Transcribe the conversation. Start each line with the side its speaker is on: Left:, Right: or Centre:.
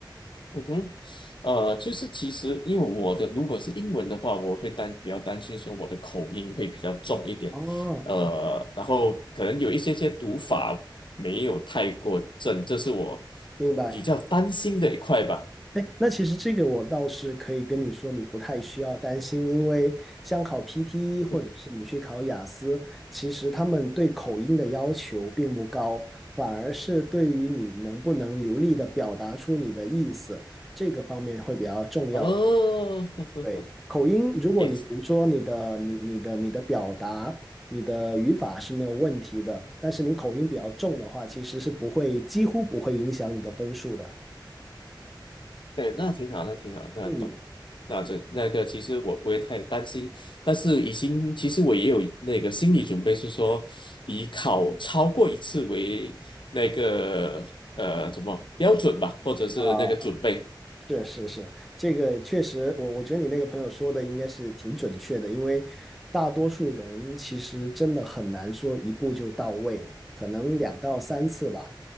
Left: 嗯哼，呃，就是其实因为我的如果是英文的话，我会担比较担心说我的口音会比较重一点，
Centre: 哦，
Left: 呃，然后可能有一些些读法没有太过正，这是我
Centre: 明白。
Left: 比较担心的一块吧。
Centre: 哎，那其实这个我倒是可以跟你说，你不太需要担心，因为像考 PTE 或者是你去考雅思，
Left: 嗯哼
Centre: 其实他们对口音的要求并不高，反而是对于你能不能流利的表达出你的意思，这个方面会比较重要。
Left: 哦，<laughs> 呵呵呵，
Centre: 对，口音，如果你比如说你的、
Left: 诶，
Centre: 你、你的、你的表达、你的语法是没有问题的，但是你口音比较重的话，其实是不会，几乎不会影响你的分数的。
Left: 对，那挺好，那挺好，那懂，
Centre: 嗯，
Left: 那这那个其实我不会太担心，但是已经其实我也有那个心理准备，是说以考超过一次为那个呃怎么标准吧，或者是那个准备。
Centre: 啊，是是是，这个确实，我我觉得你那个朋友说的应该是挺准确的，因为大多数人其实真的很难说一步就到位，可能两到三次吧，